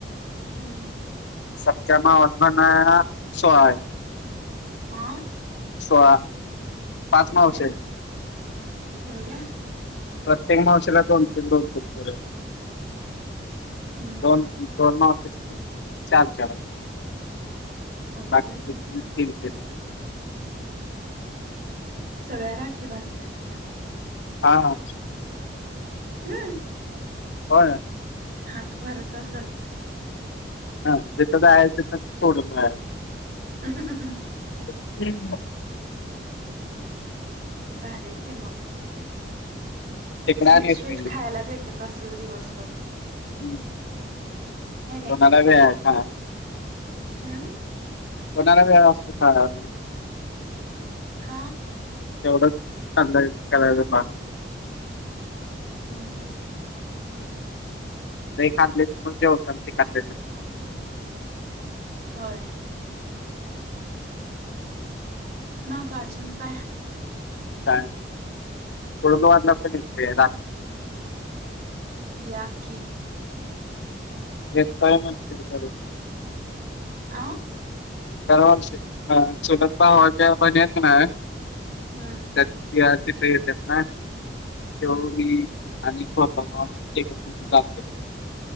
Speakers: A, on the right; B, on the left.
A: हम्म.
B: सख्ख्या <unintelligible> सोळा आहेत.
A: आं?
B: सोळा. पाच मावशी
A: एवढ्या?
B: आहेत
A: एवढ्या?
B: प्रत्येक मावशीला दोन-तीन, दोन-तीन पोरं आहेत.
A: हम्म
B: दोन
A: हम्म
B: मावशीसनी चार-चार,
A: अगं
B: बाकीच्यासनी
A: बाई
B: तीन-तीन.
A: सगळ्या राखी बांधत्यात काय मग?
B: हा हा.
A: हम.
B: होय.
A: हात भरत असलं?
B: हा. जिथं जायाचं, तिथंनं सोडून बाहेर.
A: <unintelligible> हम्म,
B: जायचं
A: भारीयकी मग!
B: तिकडं
A: स्वीट,
B: आणि येत
A: स्वीट
B: नाही हम्म.
A: खायला भेटत असेल दिवसभर.
B: हम्म,
A: नाही नाही
B: कुणाला वेळ आहे खाया?
A: हम्म?
B: कोणाला वेळ असतो खायाला?
A: का?
B: तेवढंच सांगायच, करायचं बास.
A: हम्म.
B: लई खाल्लं की. <unintelligible>
A: होय. मग अजून काय?
B: काय, तुला वाटलं असेल गिफ्ट ये.
A: या की.
B: ए काय म्हणतय अजून?
A: आं?
B: दरवर्षी चुलत भावाच्या बहिणी आहेत कणाय.
A: हा.
B: त्या तिथं येतात ना, त्यो
A: हम्म
B: मी आणि <unintelligible>